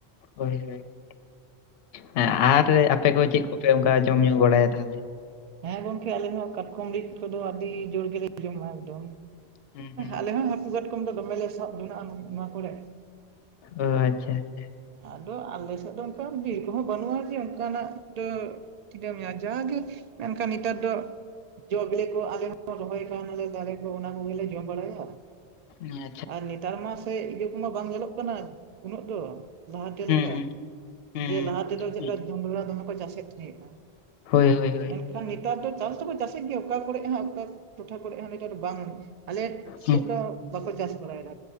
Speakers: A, on the left; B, on the right.
A: ᱦᱳᱭ ᱦᱳᱭ ᱾ ᱦᱮᱸ ᱟᱨ ᱟᱯᱮ ᱠᱚ ᱪᱮᱫ ᱠᱚᱯᱮ ᱚᱱᱠᱟ ᱡᱚᱢ ᱧᱩ ᱵᱟᱲᱟᱭᱟ ᱛᱟᱦᱚᱞᱮ?
B: ᱦᱮᱸ ᱜᱚᱝᱠᱮ, ᱟᱞᱮ ᱦᱚᱸ ᱠᱟᱴᱠᱚᱢ ᱠᱚᱫᱚ ᱟᱹᱰᱤ ᱡᱳᱨ ᱜᱮᱞᱮ ᱡᱚᱢᱼᱟ, ᱮᱠᱫᱚᱢ
A: ᱦᱩᱸ ᱦᱩᱸ
B: ᱟᱞᱮ ᱦᱚᱸ ᱦᱟᱹᱠᱩ ᱠᱟᱴᱠᱚᱢ ᱫᱚᱢᱮ ᱞᱮ ᱥᱟᱵ ᱡᱚᱱᱟᱜᱼᱟ ᱱᱚᱣᱟ ᱠᱚᱨᱮ ᱾
A: ᱚ ᱟᱪᱪᱷᱟ ᱟᱪᱪᱷᱟ ᱾
B: ᱟᱫᱚ ᱟᱞᱮ ᱥᱮᱫ ᱫᱚ ᱚᱱᱠᱟ ᱵᱤᱨ ᱠᱚᱦᱚᱸ ᱵᱟᱹᱱᱩᱜᱼᱟ ᱡᱮ ᱚᱱᱠᱟᱱᱟᱜ ᱴᱟᱹ <unintelligible> ᱡᱟᱜᱮ ᱢᱮᱱᱠᱷᱟᱱ ᱱᱮᱛᱟᱨ ᱫᱚ ᱡᱚ ᱵᱮᱞᱮ ᱠᱚ ᱟᱞᱮ ᱦᱚᱸ ᱨᱚᱦᱚᱭ ᱠᱟᱣᱱᱟᱞᱮ ᱫᱟᱨᱮ ᱠᱚ ᱚᱱᱟ ᱠᱚᱜᱮᱞᱮ ᱡᱚᱢ ᱵᱟᱲᱟᱭᱟ ᱾
A: <unintelligible>
B: ᱟᱨ ᱱᱮᱛᱟᱨ ᱢᱟ ᱥᱮ ᱤᱭᱟᱹ ᱠᱚᱢᱟ ᱵᱟᱝ ᱧᱮᱞᱚᱜ ᱠᱟᱱᱟ ᱩᱱᱟᱹᱜ ᱫᱚ ᱞᱟᱦᱟᱛᱮ
A: ᱦᱩᱸ
B: ᱞᱮᱠᱟ
A: ᱦᱩᱸ
B: ᱾
A: ᱦᱩᱸ
B: ᱡᱮ
A: ᱦᱩᱸ
B: ᱞᱟᱦᱟ ᱛᱮᱫᱚ ᱪᱮᱫ ᱞᱮᱠᱟ ᱡᱚᱸᱰᱨᱟᱹ ᱫᱚᱢᱮ ᱠᱚ ᱪᱟᱥᱮᱫ ᱛᱟᱦᱮᱸᱜᱼᱟ ᱾
A: ᱦᱳᱭ ᱦᱳᱳᱭ ᱾
B: ᱢᱮᱱᱠᱷᱟᱱ ᱱᱮᱛᱟᱨ ᱫᱚ ᱪᱟᱥ ᱫᱚᱠᱚ ᱪᱟᱥᱮᱫ ᱜᱮᱭᱟ, ᱚᱠᱟ ᱠᱚᱨᱮ ᱦᱟᱸ ᱚᱠᱟ ᱴᱚᱴᱷᱟ ᱠᱚᱨᱮ ᱦᱟᱸ ᱱᱮᱛᱟᱨ ᱫᱚ ᱵᱟᱝ ᱟᱞᱮ ᱥᱮᱫ
A: ᱦᱩᱸ
B: ᱫᱚ ᱵᱟᱠᱚ ᱪᱟᱥ ᱵᱟᱲᱟᱭᱮᱫᱟ